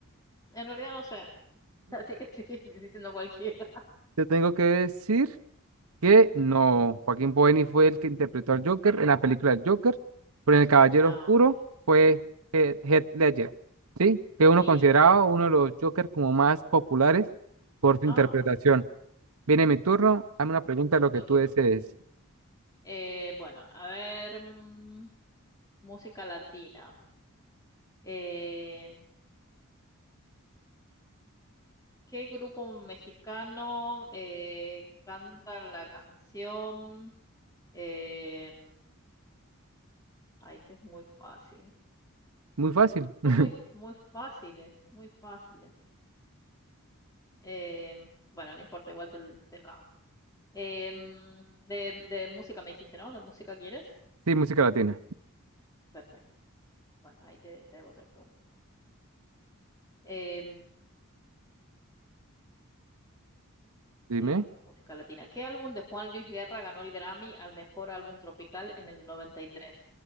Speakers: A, on the left (about 15°); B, on the right (about 80°).
A: En realidad no sé, <laughs> así que estoy diciendo cualquiera.
B: Te tengo que decir. que no,
A: Ujú.
B: Joaquín Phoenix fue el que interpretó al Joker en la película del Joker, pero en El Caballero
A: Ah,
B: Oscuro
A: ok.
B: fue He- Heath Ledger, ¿sí? Que uno
A: Ni
B: considerado
A: idea.
B: uno de los Jokers como más populares por su
A: Ah,
B: interpretación.
A: mira,
B: Viene mi turno, hazme una pregunta de lo que
A: tu
B: tú
A: turno.
B: desees.
A: Eh, bueno, a ver, mm, música latina. Eh, ¿qué grupo mexicano eh, canta la canción? Eh, ahí este es muy fácil.
B: Muy fácil. <laughs>
A: Son muy, muy fáciles, muy fáciles. Eh, bueno, no importa, igual te, l- te lo hago. Eh, mm, de, de música me dijiste, ¿no? ¿De música quieres?
B: Sí, música latina.
A: Perfecto. Bueno, ahí te, te hago otra pregunta. Eh,
B: Dime.
A: Ahí va, música latina. ¿Qué álbum de Juan Luis Guerra ganó el Grammy al mejor álbum tropical en el 93?